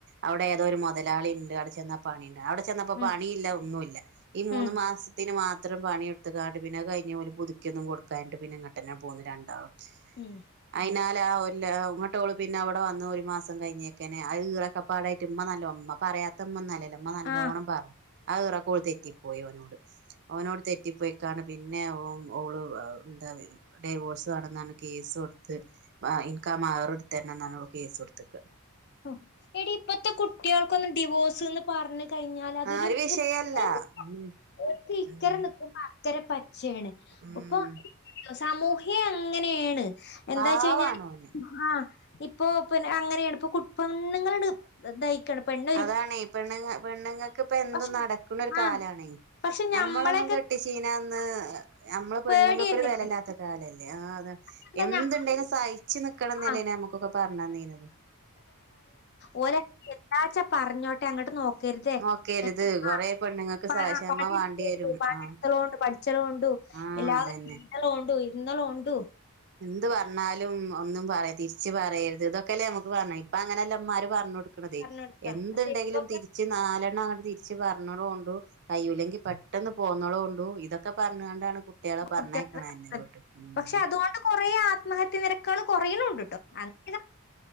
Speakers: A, on the right (about 50°); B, on the left (about 50°).
A: അവിടെ ഏതോ ഒരു മുതലാളി ഇണ്ട് അവിടെ ചെന്നാ പണി ഇണ്ട് അവിടെ ചെന്നപ്പോ
B: ഉം
A: പണി ഇല്ല ഒന്നുല്ല. ഈ മൂന്ന്
B: ഉം
A: മാസത്തിന് മാത്രം പണി എടുത്തുക്കാണ്ട് പിന്നെ അത് കഴിഞ്ഞ് ഓല് പുതുക്കി ഒന്നും കൊടുക്കാഞ്ഞിട്ട് പിന്നങ്ങ. ട്ടന്നെ പോന്നു രണ്ടാളും.
B: ഉം.
A: അയിനാലെ ആ <unintelligible> ഇങ്ങട്ട് ഓള് പിന്നെ അവിടെ വന്നോരും. മാസം കഴിഞ്ഞേക്കന്നെ അയ് ഒക്കെ പാടായിട്ട് ഉമ്മ നല്ല ഉമ്മ പറയാത്ത ഉമ്മ ഒന്നല്ലല്ലോ. ൻ്റമ്മ നല്ലോണം
B: ആ
A: പർഞ് ആ ഈറക്കോള് തെറ്റിപ്പോയി ഓനോട് ഓനോട് തെറ്റിപ്പോയി. ക്കാണ് പിന്നെ ഓം ഓള് ന്താ വരും. ഡൈവോഴ്സ് വണെന്നാണ് കേസൊട്ത്ത് ബ ഇൻകാ മഅ്റ്ട്ത്തര്നം ന്നർഞ്ഞ് ഓള് കേസൊട് ത്ത്ക്ക.
B: ഹൊ എടീ ഇപ്പത്ത കുട്ട്യാൾക്കൊന്നും ഡിവോഴ്സ് ന്ന് പർഞ്ഞ് കൈഞ്ഞാലതൊരു
A: ആ ഒരു വിഷയല്ല
B: പുത്തരി.
A: <unintelligible>
B: ഓര്ക് ഇക്കര
A: ഉം
B: നിക്കുമ്പോ അക്കര പച്ചേണ്.
A: ഉം
B: ഒപ്പൊ... സമൂഹ്യ അങ്ങനെയാണ്. എന്താ
A: പാവാണ്
B: വെച്ച കഴിഞ്ഞാല്...
A: ഓന്
B: ഹ. ഇപ്പൊ പിന്നെ അങ്ങനെയാണ്. ഇപ്പൊ പെണ്ണുങ്ങളുണ്ട്... ദായ്ക്കാണ്. പെണ്ണ
A: അതാണ്. പെണ്ണുങ്ങ പെണ്ണുങ്ങൾക്ക് ഇപ്പൊ എന്തും
B: പക്ഷെ
A: നടക്കുന്ന ഒരു
B: ആഹ്
A: കാലാണ്.
B: പക്ഷെ ഞമ്മളൊക്കെ
A: നമ്മളൊന്നും കെട്ടിചീനന്ന് നമ്മള് പെണ്ണുങ്ങൾക്കൊരു
B: പേടിയായിരുന്നില്ലേ
A: വിലയില്ലാത്ത കാലല്ലേ. ആ അത.
B: അതെന്താ
A: എന്തുണ്ടേലും
B: ഞമ്മ
A: സഹിച്ചു നിക്കണംന്നല്ലേന
B: ആഹ്.
A: നമ്മുക്കൊക്കെ പറഞ്ഞാന്നീനത്.
B: ഓര എന്താച്ചാ പറഞ്ഞോട്ടെ. അങ്ങോട്ട് നോ കരുതെ,
A: നോക്കരുത്
B: നിമ
A: കൊറേ പെണ്ണുങ്ങൾക്ക്
B: പണിടകളുണ്ട്,
A: സ ക്ഷമ വേണ്ടി വരും ആ
B: ഉണ്ട് പഠിച്ചലുണ്ടു...
A: ആ
B: എല്ലാതെ
A: അതന്നെ
B: ഇന്നലും ഉണ്ടു, ഇന്നലും ഉണ്ടു.
A: എന്ത് പറഞ്ഞാലും ഒന്നും പറയാ തിരിച്ചു പറയരുത് ഇതൊക്കെല്ലേ നമുക്ക് പറഞ്ഞത്, ഇപ്പ അങ്ങനെല്ല... മ്മാര് പറഞ്ഞ് കൊടുക്കണതേ
B: പറഞ്ഞൊട്ക്ക.
A: എന്തുണ്ടെങ്കിലും
B: പക്ഷെ ഇപ്പൊക്കെ
A: തിരി... ച്ച് നാലെണ്ണം അങ്ങട്ടെ തിരിച്ച് പറഞ്ഞലോണ്ടു, കഴിയൂല്ലെങ്കിൽ പെട്ടെന്ന്... പോന്നളോണ്ടൂ, ഇതൊക്കെ പറഞ്ഞുകൊണ്ടാണ് കുട്ടികളെ പറഞ്ഞേക്കണന്നെ
B: കുട്ട്യേളെ
A: വീട്ട്... ഉം.
B: പക്ഷെ അതുകൊണ്ട് കൊറേ ആത്മഹത്യ നിരക്കുകൾ കൊറയുണുണ്ട്ട്ടോ. അങ്ങന...